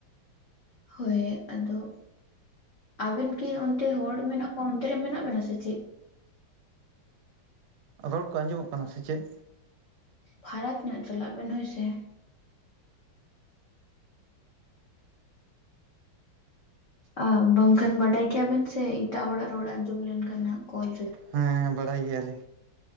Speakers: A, on the left; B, on the right.
A: ᱦᱳᱭ ᱟᱫᱚ ᱟᱵᱮᱱ ᱠᱤ ᱚᱱᱛᱮ ᱦᱚᱲ ᱢᱮᱱᱟᱜ ᱠᱚ ᱚᱱᱛᱮ ᱨᱮ ᱢᱮᱱᱟᱜ ᱵᱮᱱᱟ ᱥᱮ ᱪᱮᱫ?
B: ᱨᱚᱲ ᱠᱚ ᱟᱸᱡᱚᱢᱚᱜ ᱠᱟᱱᱟ ᱥᱮ ᱪᱮᱫ?
A: ᱯᱷᱟᱨᱟᱠ ᱧᱚᱜ ᱪᱟᱞᱟᱜ ᱵᱮᱱ ᱦᱚᱭ ᱥᱮ᱾ ᱟ ᱵᱟᱝᱠᱷᱟᱱ ᱵᱟᱰᱟᱭ ᱜᱮᱭᱟ ᱵᱮᱱ ᱥᱮ ᱮᱴᱟᱜ ᱦᱚᱲᱟᱜ ᱨᱚᱲ ᱟᱸᱡᱚᱢ ᱞᱮᱱᱠᱷᱟᱱ ᱱᱟᱦᱟᱜ ᱠᱚᱞ ᱨᱮ
B: ᱦᱮᱸ ᱦᱮᱸ ᱵᱟᱲᱟᱭ ᱜᱮᱭᱟᱞᱤᱧ᱾